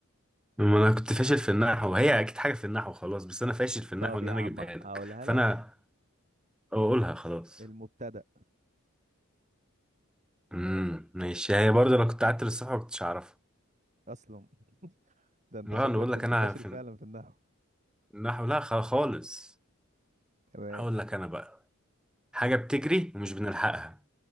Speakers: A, in the centre; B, on the right.
A: ما انا كنت فاشل في النحو هي اكيد حاجة في النحو خلاص بس انا فاشل في النحو
B: طب
A: ان
B: يا
A: انا
B: عم
A: اجيبها لك
B: اقولها
A: فانا
B: لك
A: اقولها خلاص
B: المبتدأ
A: امم ماشي هي برضه انا كنت قعدت للصبح ما كنتش اعرفها
B: أصلا ده أنت
A: لا
B: شكلك
A: انا بقول
B: كنت
A: لك انا
B: فاشل
A: في
B: فعلا في النحو
A: النحو لا خ- خالص
B: تمام
A: هقول لك انا بقى حاجة بتجري ومش بنلحقها